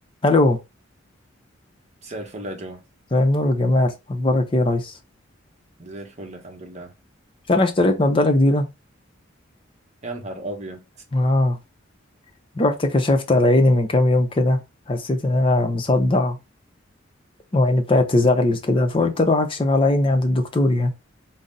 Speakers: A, on the left (about 25°); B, on the right (about 35°).
A: الو
B: مساء الفل يا جو
A: مساء النور والجمال اخبارك ايه يا ريس
B: زي الفل الحمد لله
A: مش انا اشتريت نضاره جديده
B: يا نهار أبيض
A: اه رحت كشفت على عيني من كام يوم كده حسيت ان انا مصدع وعيني بتاعت تزغلل كده فقلت اروح اكشف على عيني عند الدكتور يعني